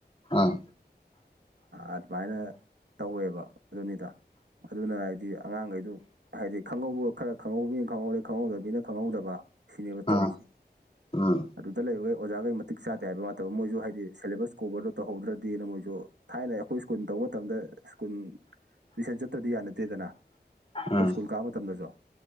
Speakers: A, on the left; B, on the right.
A: ꯎꯝ
B: ꯑꯗꯨꯃꯥꯏꯅ ꯇꯧꯋꯦꯕ ꯑꯗꯨꯅꯤꯗ ꯑꯗꯨꯅ ꯍꯥꯏꯗꯤ ꯑꯉꯥꯡꯒꯩꯗꯨ ꯍꯥꯏꯗꯤ ꯈꯪꯍꯧꯕ ꯈꯔ ꯈꯪꯍꯧꯕꯤꯅ ꯈꯪꯍꯧꯗꯦ ꯈꯪꯍꯧꯗꯕꯕꯤꯅ ꯈꯪꯍꯧꯗꯕ ꯁꯤꯅꯦꯕ
A: ꯎꯝ
B: ꯇꯧꯔꯤꯁꯦ
A: ꯎꯝ
B: ꯑꯗꯨꯗ ꯂꯩꯕꯈꯩ ꯑꯣꯖꯥꯈꯩ ꯃꯇꯤꯛ ꯆꯥꯗꯦ ꯍꯥꯏꯕ ꯋꯥꯇꯕ ꯃꯣꯏꯁꯨ ꯍꯥꯏꯗꯤ ꯁꯦꯂꯦꯕꯁ ꯀꯣꯕꯔꯗꯣ ꯇꯧꯍꯧꯗ꯭ꯔꯗꯤꯅ ꯃꯣꯏꯁꯨ ꯊꯥꯏꯅ ꯑꯩꯈꯣꯏ ꯁ꯭ꯀꯨꯜ ꯇꯧꯕ ꯃꯇꯝꯗ ꯁ꯭ꯀꯨꯟ ꯇꯨꯏꯁꯟ ꯆꯠꯇ꯭ꯔꯗꯤ ꯌꯥꯅꯗꯦꯗꯅ
A: ꯎꯝ
B: ꯑꯩꯈꯣꯏ ꯁ꯭ꯀꯨꯜ ꯀꯥꯕ ꯃꯇꯝꯗꯁꯨ